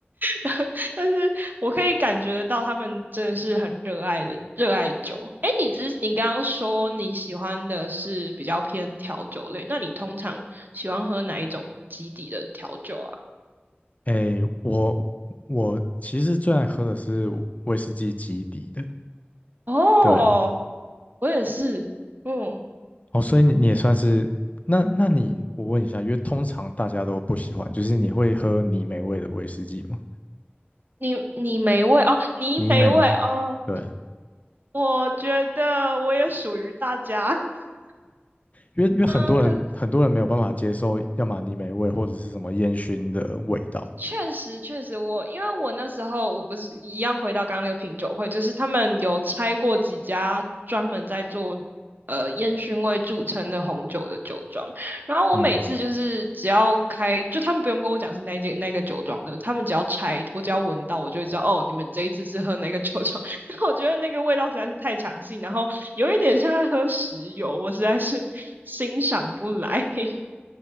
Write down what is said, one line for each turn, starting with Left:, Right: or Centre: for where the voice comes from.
Right: <laughs> 但是我可以感觉得到，他们真的是很热爱的热爱酒。哎，你之你刚刚说你喜欢的是比较偏调酒类，那你通常喜欢喝哪一种基底的调酒啊？
Left: 哎，我我其实最爱喝的是威士忌基底的，
Right: 哦，
Left: 对。
Right: 我也是，嗯。
Left: 哦，所以你你也算是那那你我问一下，因为通常大家都不喜欢，就是你会喝泥煤味的威士忌吗？
Right: 你你没味哦，你没味哦，
Left: 泥煤，对，
Right: 我觉得我也属于大家。<laughs>
Left: 因为因为很多人很多人没有办法接受，
Right: 嗯，可嗯，
Left: 要么泥煤味或者是什么烟熏的味道，
Right: 确实，确实我，因为我那时候我不是一样回到刚刚那个品酒会，就是他们有拆过几家专门在做呃烟熏味著称的红酒的酒庄，然后我每次就是只要开，
Left: 嗯。
Right: 就他们不用跟我讲是哪一间那个酒庄的，他们只要拆，我只要闻到，我就会知道哦，你们这一次是喝那个酒庄。<laughs> 我觉得那个味道实在是太强性，然后有一点像在喝石油，我实在是欣赏不来。<laughs>